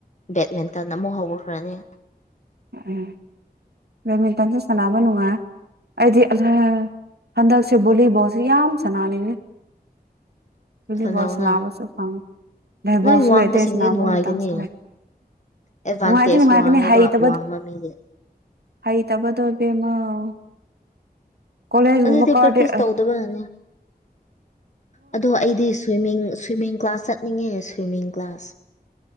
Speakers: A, on the left; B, on the right.
A: ꯕꯦꯠꯃꯦꯟꯇꯟ ꯑꯃꯨꯛ ꯍꯧꯈ꯭ꯔꯅꯤ
B: ꯎꯝ ꯕꯦꯗꯃꯤꯟꯇꯟꯁꯨ ꯁꯥꯟꯅꯕ ꯅꯨꯡꯉꯥ ꯑꯩꯗꯤ ꯑꯍꯦ ꯍꯟꯗꯛꯁꯦ ꯕꯣꯂꯤꯕꯣꯜꯁꯦ ꯌꯥꯝ ꯁꯅꯥꯅꯤꯡꯉꯦ ꯕꯣꯂꯤꯕꯣꯜ
A: ꯊꯅꯧꯅ
B: ꯁꯅꯥꯕꯁꯨ ꯐꯪ ꯗꯦꯕꯣꯜꯁꯨ
A: ꯅꯣꯏ ꯋꯥꯡꯕꯁꯤꯡꯗꯤ
B: ꯂꯩꯇꯦ ꯁꯅꯥꯕ
A: ꯅꯨꯡꯉꯥꯏꯒꯅꯤ
B: ꯃꯇꯝꯁꯨ ꯂꯩ
A: ꯑꯦꯗꯚꯥꯟꯇꯦꯖ
B: ꯅꯨꯡꯉꯥꯏꯗꯤ ꯅꯨꯡꯉꯥꯏꯒꯅꯤ
A: ꯋꯥꯡꯉꯦꯕ
B: ꯍꯩꯇ
A: ꯋꯥꯡꯕ ꯃꯤꯗꯤ
B: ꯍꯩꯇꯥꯕꯗꯣ ꯢꯕꯦꯝꯃꯥꯎ ꯀꯣꯂꯦꯖꯒꯨꯝꯕ
A: ꯑꯗꯨꯗꯤ
B: ꯀꯥꯗꯦ
A: ꯄ꯭ꯔꯦꯛꯇꯤꯁ ꯇꯧꯗꯕꯅꯅꯦ ꯑꯗꯣ ꯑꯩꯗꯤ ꯁ꯭ꯋꯤꯃꯤꯡ ꯁ꯭ꯋꯤꯃꯤꯡ ꯀ꯭ꯂꯥꯁ ꯆꯠꯅꯤꯡꯉꯦ ꯁ꯭ꯋꯤꯃꯤꯡ ꯀ꯭ꯂꯥꯁ